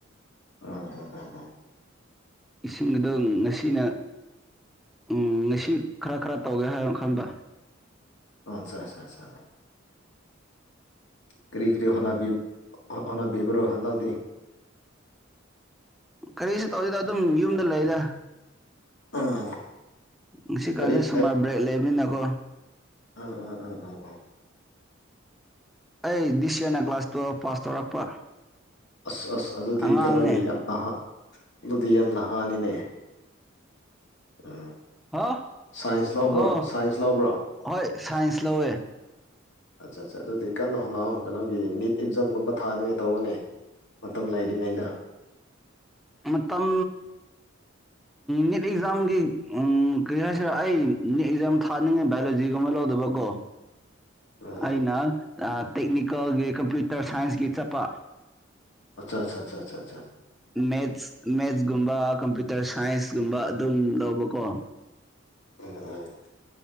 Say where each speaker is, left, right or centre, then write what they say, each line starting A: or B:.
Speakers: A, on the left; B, in the centre.
A: ꯎꯝ ꯎꯝ ꯎꯝ ꯎꯝ
B: ꯏꯁꯤꯡ ꯑꯗꯣ ꯉꯁꯤꯅ ꯎꯝ ꯉꯁꯤ ꯈꯔ ꯈꯔ ꯇꯧꯒꯦ ꯍꯥꯏꯅ ꯈꯟꯕ
A: ꯎꯝ ꯁꯥ ꯁꯥ ꯁꯥ ꯀꯔꯤ ꯀꯔꯤ ꯍꯣꯠꯅꯥꯕꯤ ꯍꯣꯠꯅꯥꯕꯤꯕꯔꯣ ꯍꯟꯗꯛꯗꯤ
B: ꯀꯔꯤꯁꯨ ꯇꯧꯗꯦꯗ ꯑꯗꯨꯝ ꯌꯨꯝꯗ ꯂꯩꯗ
A: ꯑꯥ
B: ꯉꯁꯤꯀꯥꯟꯖꯦ
A: ꯂꯥꯏꯔꯤꯛ
B: ꯁꯨꯃꯔ ꯕ꯭ꯔꯦꯛ ꯂꯩꯕꯅꯤꯅꯀꯣ
A: ꯎꯝ ꯎꯝ ꯎꯝ ꯎꯝ ꯎꯝ
B: ꯑꯩ ꯗꯤꯁ ꯏꯌꯥꯔꯅ ꯀ꯭ꯂꯥꯁ ꯇꯨꯋꯦꯜꯄ ꯄꯥꯁ ꯇꯧꯔꯛꯄ
A: ꯑꯁ ꯑꯁ ꯑꯗꯨꯗꯤ
B: ꯑꯉꯥꯡꯅꯦ
A: ꯀꯩꯅꯣꯒꯤ ꯌꯥꯝꯅ ꯅꯍꯥ ꯑꯗꯨꯗꯤ ꯌꯥꯝ ꯅꯍꯥꯅꯤꯅꯦ ꯎꯝ
B: ꯍꯥ
A: ꯁꯥꯏꯟꯁ ꯂꯧꯕ꯭ꯔꯥ
B: ꯑꯣ
A: ꯁꯥꯏꯟꯁ ꯂꯧꯕ꯭ꯔꯥ
B: ꯍꯣꯏ ꯁꯥꯏꯟꯁ ꯂꯧꯋꯦ
A: ꯑꯠꯆꯥ ꯑꯠꯆꯥ ꯑꯗꯨꯗꯤ ꯀꯟꯅ ꯍꯣꯅꯥꯎ ꯀꯩꯅꯣꯒꯤ ꯅꯤꯠ ꯑꯦꯛꯖꯥꯝꯒꯨꯝꯕ ꯊꯥꯅꯤꯉꯩ ꯇꯧꯋꯣꯅꯦ ꯃꯇꯝ ꯂꯩꯔꯤꯉꯩꯗ
B: ꯃꯇꯝ ꯅꯤꯠ ꯑꯦꯛꯖꯥꯝꯒꯤ ꯎꯝ ꯀꯔꯤ ꯍꯥꯏꯁꯤꯔꯥ ꯑꯩ ꯅꯤꯠ ꯑꯦꯛꯖꯥꯝ ꯊꯥꯅꯤꯡꯉꯥꯏ ꯕꯥꯏꯑꯣꯂꯣꯖꯤꯒꯨꯝꯕ ꯂꯧꯗꯕꯒꯣ
A: ꯎꯝ
B: ꯑꯩꯅ ꯑ ꯇꯦꯛꯅꯤꯀꯦꯜꯒꯤ ꯀꯝꯄ꯭ꯌꯨꯇꯔ ꯁꯥꯏꯟꯁꯀꯤ ꯆꯠꯄ
A: ꯑꯆꯥ ꯆꯥ ꯆꯥ
B: ꯃꯦꯊꯁ ꯃꯦꯊꯁꯒꯨꯝꯕ ꯀꯝꯄꯨꯔ ꯇꯔ ꯁꯥꯏꯟꯁꯀꯨꯝꯕ ꯑꯗꯨꯝ ꯂꯧꯕꯀꯣ
A: ꯎꯝ ꯎꯝ